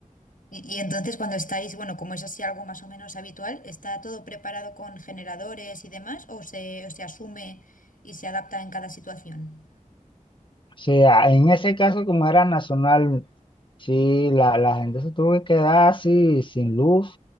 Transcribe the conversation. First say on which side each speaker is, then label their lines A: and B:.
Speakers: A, on the left; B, on the left.
A: Y, y entonces cuando estáis, bueno, como es así algo más o menos habitual, ¿está todo preparado con generadores y demás o se, o se asume y se adapta en cada situación?
B: Sí, a- en ese caso, como era nacional, sí, la, la gente se tuvo que quedar así, sin luz.